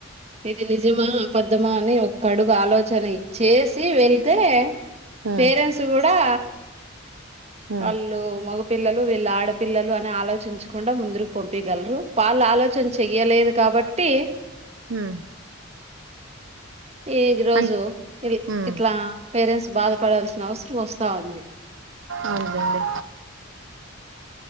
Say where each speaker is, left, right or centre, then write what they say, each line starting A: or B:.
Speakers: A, on the right (about 30°); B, on the right (about 65°).
A: ఇది నిజమా, అపద్ధమా అని ఒక్క అడుగు ఆలోచన ఇచ్చేసి వెళ్తే..
B: ఉమ్
A: పేరెంసు గూడా.
B: ఉమ్
A: వాళ్ళు మొగ.. పిల్లలు వీళ్ళ ఆడపిల్లలు అని ఆలోచించకుండా ముంద్రుకు పంపీగల్రు వాళ్ళు ఆలో.. చన్ చెయ్యలేదు కాబట్టి.
B: ఉమ్
A: ఈగ్రోజు
B: అన్
A: ఇది
B: ఉమ్
A: ఇట్లా. పేరేంస్సు బాధ. పడాల్సిన అవసరం వస్తా ఉంది
B: అవునులేండి